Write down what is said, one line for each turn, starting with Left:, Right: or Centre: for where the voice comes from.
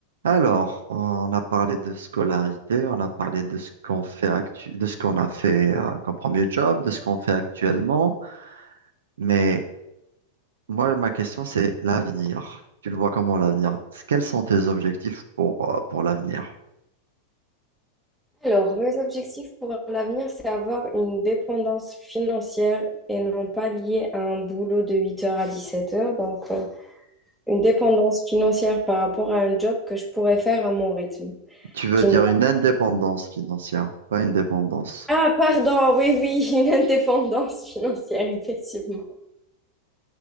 Right: Alors, on a parlé de scolarité, on a parlé de ce qu'on fait actu- de ce qu'on a fait euh, comme premier job, de ce qu'on fait actuellement. Mais moi, ma question, c'est l'avenir. Tu le vois comment l'avenir? Quels sont tes objectifs pour, euh, pour l'avenir?
Centre: Alors, mes objectifs pour l'avenir, c'est avoir une dépendance financière et non pas liée à un boulot de huit heures à dix-sept heures. Donc, euh, une dépendance financière par rapport à un job que je pourrais faire à mon rythme.
Right: Tu veux
Centre: qui
Right: dire
Centre: ne-
Right: une indépendance financière, pas une dépendance.
Centre: Ah, pardon, oui, oui, <laughs> une indépendance financière, effectivement.